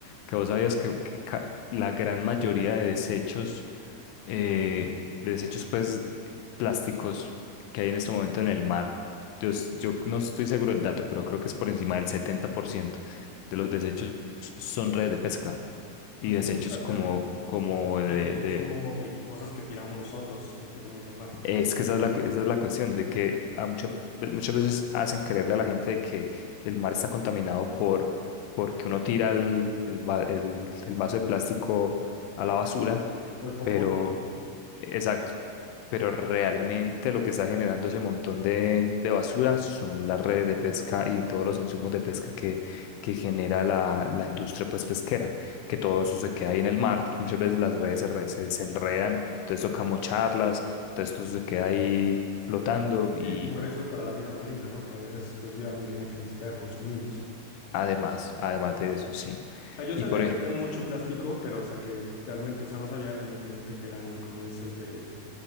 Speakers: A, on the left; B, on the left.
A: Que vos sabías que, que ca- la gran mayoría de desechos eh, de desechos pues plásticos que hay en este momento en el mar. Yo, s- yo no estoy seguro del dato, pero creo que es por encima del 70% de los desechos son redes de pesca y
B: Así,
A: desechos
B: no sabía
A: como,
B: que,
A: como
B: no
A: de,
B: es que consumo
A: de-
B: de cosas que tiramos nosotros, entre comillas, al mar,
A: Es que esa es la, cu- esa es la cuestión, de que a muchas, ve- muchas veces hacen creerle a la gente de que el mar está contaminado por porque uno tira el, el va- el- el vaso de plástico a la basura
B: o el popote.
A: pero exacto. Pero realmente lo que está generando ese montón de, de basura son las redes de pesca y todos los insumos de pesca que, que genera la, la industria pues, pesquera, que todo eso se queda ahí en el mar, porque muchas veces las redes se, re- se, se enredan, entonces toca mocharlas, entonces todo eso se queda ahí flotando y
B: Y como riesgo para la vida marina, ¿no? Que a veces, pues, vida marina que ni siquiera consumimos.
A: además, además de eso, sí.
B: O sea, yo
A: Y
B: sabía
A: por ejemplo,
B: que había mucho plástico, pero, o sea, que literalmente, o sea, no sabía evidentemente que eran, como dices, de,